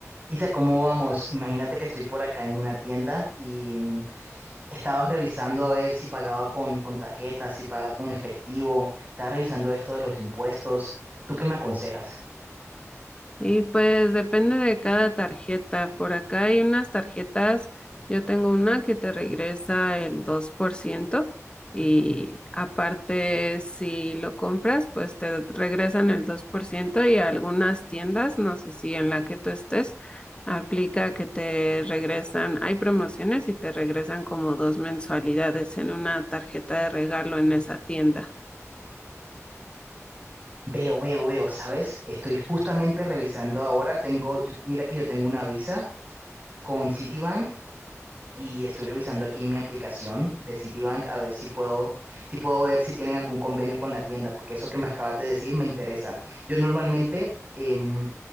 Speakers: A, on the right; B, on the left.
A: Isa, ¿cómo vamos? Imagínate que estoy por acá en una tienda y estaba revisando a ver si pagaba con, con tarjeta, si pagaba con efectivo, estaba revisando esto de los impuestos. ¿Tú qué me aconsejas?
B: Y pues depende de cada tarjeta. Por acá hay unas tarjetas, yo tengo una que te regresa el 2%. y aparte si lo compras, pues te regresan el 2%. y algunas tiendas, no sé si en la que tú estés, aplica que te regresan, hay promociones y te regresan como dos mensualidades en una tarjeta de regalo en esa tienda.
A: Veo, veo, veo, ¿sabes? Estoy justamente revisando ahora, tengo, yo- mira que yo tengo una Visa con Citibank Y estoy revisando aquí mi aplicación de Citibank a ver si puedo, si puedo ver si tienen algún convenio con la tienda, porque eso que me acabas de decir me interesa. Yo normalmente, em,